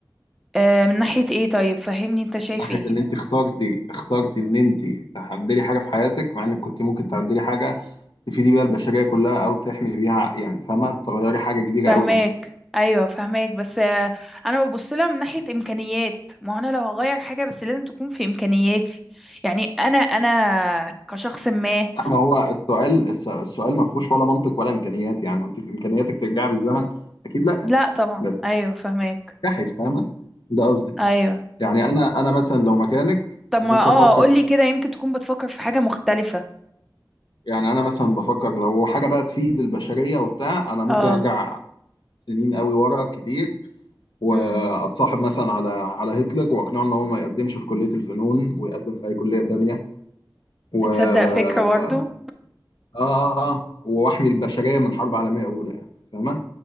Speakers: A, in the centre; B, on the left.
A: آه، من ناحية ايه طيب فهمني انت شايف
B: من ناحية
A: ايه
B: ان انت اخترتي اخترتي ان انت تعدلي حاجة في حياتك مع انك كنت ممكن تعدلي حاجة تفيدي بيها البشرية كلها او تحمي بيها يعني فاهمة تغيري حاجة كبيرة
A: فهماك
B: قوي مثلا
A: ايوه فهماك بس آه، انا ببص لها من ناحية امكانيات ما هو انا لو هغير حاجة بس لازم تكون في امكانياتي يعني انا انا كشخص ما
B: لا ما هو السؤال الس- السؤال ما فيهوش ولا منطق ولا امكانيات يعني وانت في امكانياتك ترجعي بالزمن اكيد لا
A: لا طبعا
B: بس
A: ايوه فهماك
B: تفتحي فاهمة ده قصدي
A: ايوه
B: يعني انا انا مثلا لو مكانك
A: طب
B: ممكن
A: ما اه
B: افكر
A: قولي كده يمكن تكون بتفكر في حاجة مختلفة
B: يعني انا مثلا بفكر لو حاجه بقى تفيد البشريه وبتاع انا ممكن
A: اه
B: ارجع سنين قوي ورا كتير واتصاحب
A: امم
B: مثلا على على هتلر واقنعه ان هو ما يقدمش في كليه الفنون ويقدم في اي كليه تانية و
A: تصدق
B: اه
A: فكرة برضه
B: اه اه واحمي البشريه من حرب عالميه اولى يعني فاهمه